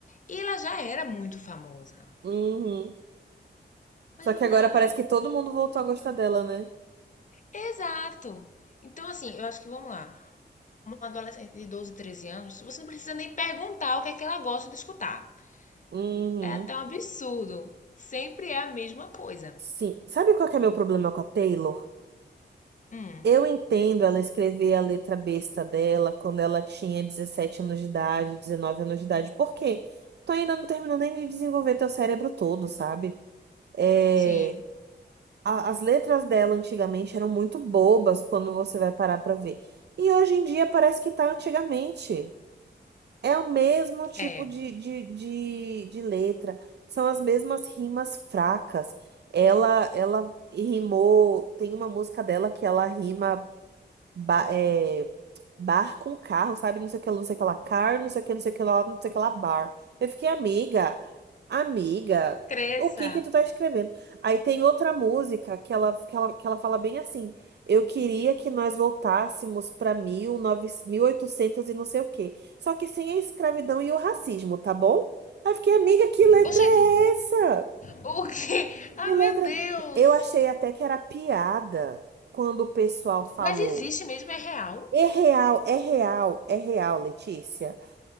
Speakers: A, on the left; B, on the right.
A: E ela já era muito famosa.
B: Uhum.
A: Mas
B: Só
A: do
B: que agora
A: nada,
B: parece que todo mundo
A: todo
B: voltou
A: mundo escuta.
B: a gostar dela, né?
A: Exato. Então, assim, eu acho que vamos lá. Uma adolescente de 12, 13 anos, você não precisa nem perguntar o que é que ela gosta de escutar.
B: Uhum.
A: É até um absurdo. Sempre é a mesma coisa.
B: Sim. Sabe qual que é meu problema com a Taylor?
A: Hum,
B: Eu entendo ela escrever a letra besta dela quando ela tinha 17 anos de idade, 19 anos de idade. Por quê? Tu ainda não terminou nem de desenvolver teu cérebro todo, sabe? É...
A: sim.
B: a- As letras dela antigamente eram muito bobas quando você vai parar pra ver. E hoje em dia parece que tá antigamente. É o mesmo tipo
A: É.
B: de, de, de, de letra, são as mesmas rimas fracas. Ela ela rimou, tem uma música dela que ela rima ba- é, bar com carro, sabe? Não sei o que, lá, não sei o que lá, car, não sei o que, não sei o que lá, não sei o que lá, bar. Eu fiquei amiga. Amiga,
A: Cresça.
B: o que que tu tá escrevendo? Aí tem outra música que ela, que ela, que ela fala bem assim: Eu queria que nós voltássemos pra 19, oitocentos e não sei o quê. Só que sem a escravidão e o racismo, tá bom? Aí eu fiquei, amiga, que letra
A: Ô, gente,
B: é essa?
A: o que? Ah,
B: Que letra?
A: meu Deus.
B: Eu achei até que era piada quando o pessoal falou.
A: Mas existe mesmo? É real?
B: É real, é real, é real, Letícia.